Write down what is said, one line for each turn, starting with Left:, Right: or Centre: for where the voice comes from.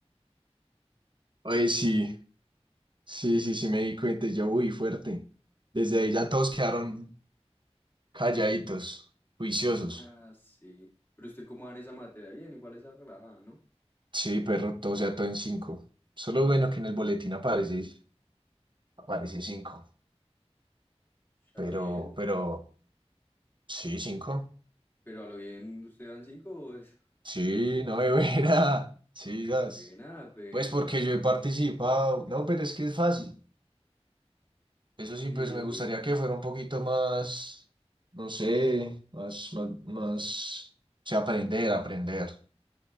Right: Oye, sí. Sí, sí, sí, me di cuenta y yo, uy, fuerte. Desde ahí ya todos quedaron calladitos, juiciosos.
Left: Ah, sí. Pero usted, ¿cómo va en esa materia? Bien, igual esa relajada, ¿no?
Right: Sí, perro, todo o sea todo en cinco. Solo bueno que en el boletín aparece, aparece cinco.
Left: Ya
Right: Pero,
Left: lo bien.
Right: pero, sí, cinco.
Left: Pero a lo bien, ¿usted van cinco? Es
Right: Sí, no me <laughs> buena. Sí, das.
Left: buena, perro.
Right: Pues porque yo he participado. No, pero es que es fácil. Eso sí,
Left: Sí,
Right: pues me
Left: obvio.
Right: gustaría que fuera un poquito más, no sé, más, más, más, o sea, aprender, aprender.